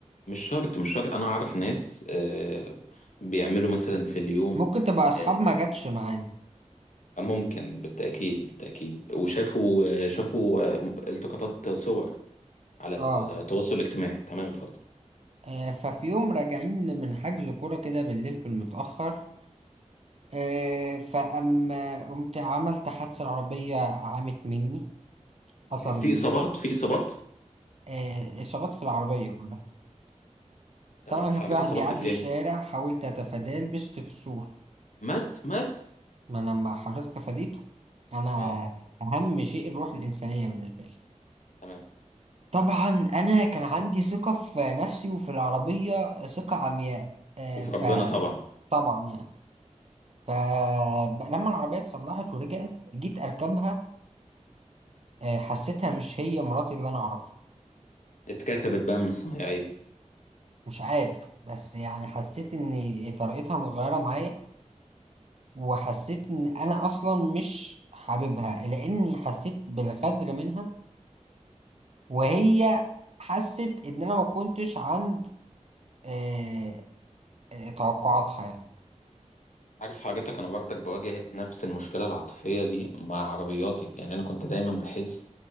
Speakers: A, on the left; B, on the right.
A: مش شرط مش شرط انا اعرف ناس أه بيعملوا مثلا في اليوم
B: ممكن تبقى اصحاب
A: أه
B: ما جاتش معانا
A: ممكن بالتاكيد بالتاكيد وشافوا آه، شافوا آه، التقاطات صور على التواصل
B: اه
A: الاجتماعي تمام اتفضل
B: آه، ففي يوم راجعين من حجز كوره كده بالليل في المتاخر آه فاما قمت عملت حادثه العربيه عمت مني حصل
A: في اصابات في اصابات
B: آه اصابات في العربيه كلها
A: تمام
B: طبعا
A: حضرتك
B: كان في واحد
A: خبطت
B: بيعدي
A: في
B: الشارع
A: ايه
B: حاولت اتفاداه لبست في سور
A: مات مات
B: ما انا لما حضرتك تفاديته انا
A: اه
B: اهم شيء الروح الانسانيه بالنسبه لي
A: تمام
B: طبعا انا كان عندي ثقه في نفسي وفي العربيه ثقه عمياء آه
A: وفي
B: ف
A: ربنا طبعا
B: طبعا يعني فلما العربية اتصلحت ورجعت جيت أركبها آه، حسيتها مش هي مراتي اللي أنا أعرفها
A: اتكعكبت بقى من الصنايعيه
B: مش عارف بس يعني حسيت إن طريقتها متغيرة معايا وحسيت إن أنا أصلا مش حاببها لأني حسيت بالغدر منها وهي حست إن أنا ما كنتش عند آه، آه، توقعاتها يعني
A: عارف حضرتك انا برضك بواجه نفس المشكله العاطفيه دي مع عربياتك يعني انا كنت دايما بحس